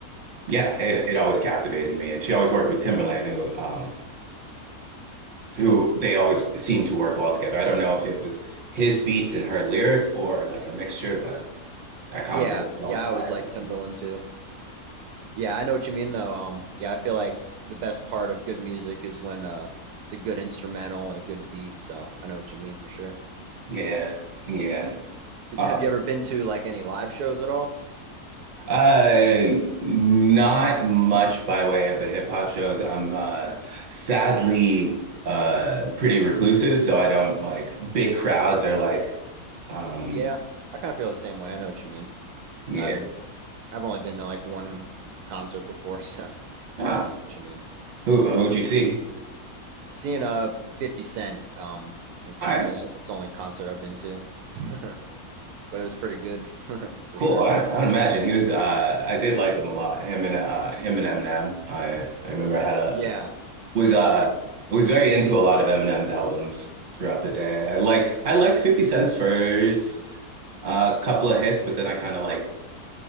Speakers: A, on the right; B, on the right.
A: yeah, it
B: Yeah.
A: it always captivated me and she always worked with Timberland who um who they always seemed to work well together. I don't know if it was his beats and her lyrics or like a mixture, but that combination
B: Yeah,
A: was always
B: yeah, I
A: fire.
B: always like Timberland too. Yeah, I know what you mean though. Um, yeah, I feel like the best part of good music is when uh it's a good instrumental and a good beat. So I know what you mean for sure.
A: Yeah, yeah. Uh,
B: Have you ever been to like any live shows at all?
A: uh, not much by way of the hip hop shows. I'm uh, sadly uh, pretty reclusive, so I don't like big crowds are like, um,
B: Yeah, I kind of feel the same way. I know what you mean.
A: yeah.
B: I haven't, I've only been to like one concert before, <laughs> so
A: Ah,
B: I know what you mean.
A: who who'd you see?
B: Seeing a 50 Cent um in concert,
A: All right,
B: that- it's the only concert I've been to, <laughs> but it was pretty good <laughs> for
A: cool.
B: sure.
A: I I'd imagine he was. Uh, I did like him a lot. Him and uh, him and Eminem. I I remember I had a
B: Yeah,
A: was uh
B: yeah,
A: was very into a lot of Eminem's albums throughout the day. I like I liked 50 Cent's first uh couple of hits, but then I kind of like